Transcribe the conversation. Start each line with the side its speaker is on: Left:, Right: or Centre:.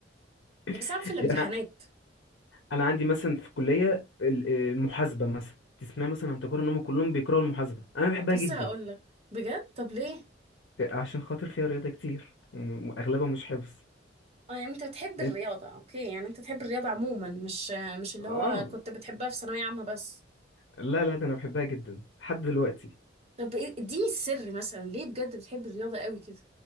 Right: هي صعب
Left: <laughs>
Right: في الامتحانات
Left: يعني أنا أنا عندي مثلا في الكلية ال- المحاسبة مثلا تسمع مثلا عن تجارة إن هم كلهم بيكرهوا المحاسبة أنا بحبها
Right: لسه
Left: جدا
Right: هقولك بجد طب ليه
Left: عشان خاطر فيها رياضة كتير وم- وأغلبها مش حفظ
Right: اه يعني انت بتحب
Left: لأن
Right: الرياضة اوكي يعني انت بتحب الرياضة عموما مش مش اللي
Left: آه
Right: هو كنت بتحبها في ثانوية عامة بس
Left: لا لا ده أنا بحبها جدا لحد دلوقتي
Right: طب إيه- اديني السر مثلا ليه بجد بتحب الرياضة قوي كده